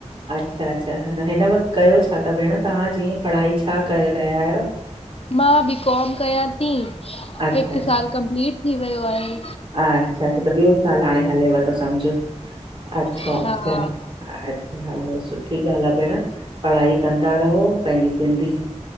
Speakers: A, on the right; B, on the left.
A: अच्छा, अच्छा न हिन वक़्तु कयो छा था भेण तव्हां जीअं पढ़ाई छा करे रहिया आहियो?
B: मां बीकॉम कयां थी,
A: अच्छा
B: हिकु
A: अच्छा
B: साल कंप्लीट थी वियो आहे।
A: अच्छा, अच्छा त ॿियो साल हाणे हलेव थो समझ अच्छा,
B: हा
A: अच्छा हा अच्छा हलो सुठी ॻाल्हि आ भेण पढ़ाई कंदा रहो पंहिंजी सिंधी